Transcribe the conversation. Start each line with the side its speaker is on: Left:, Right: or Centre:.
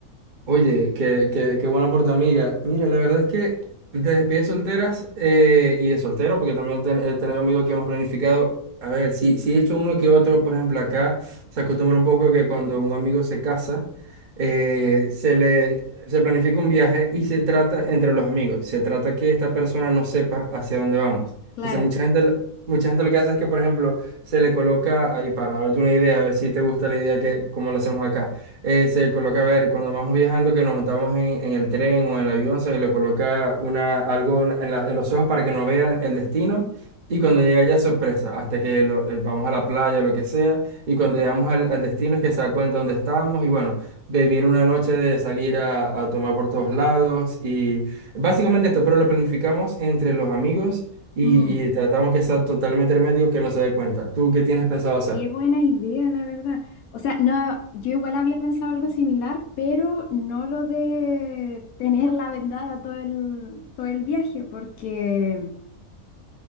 Right: Oye, qué, qué, qué bueno por tu amiga. Mira, la verdad es que de despedidas solteras eh, y de soltero, porque también ten- he tenido amigos que hemos planificado. A ver, sí, sí he hecho uno que otro, por ejemplo, acá se acostumbra un poco que cuando un amigo se casa, eh, se le se planifica un viaje y se trata entre los amigos. Se trata que esta persona no sepa hacia dónde vamos. Entonces,
Left: Claro.
Right: mucha gente, mucha gente lo que hace es que, por ejemplo, se le coloca ahí para darte una idea, a ver si te gusta la idea que, como lo hacemos acá eh, se coloca, a ver, cuando vamos viajando, que nos montamos en, en el tren o en el avión, se le coloca una, algo en, la- en los ojos para que no vean el destino. Y cuando llega ya es sorpresa, hasta que lo- eh, vamos a la playa o lo que sea. Y cuando llegamos al, al destino es que se da cuenta dónde estamos. Y bueno, de- viene una noche de salir a, a tomar por todos lados. Y básicamente esto, pero lo planificamos entre los amigos y,
Left: Mm.
Right: y tratamos que sea totalmente hermético, que no se dé cuenta. ¿Tú qué tienes pensado hacer?
Left: Qué buena idea, la verdad. O sea, no, yo igual había pensado algo similar, pero no lo de tenerla vendada todo el, todo el viaje, porque,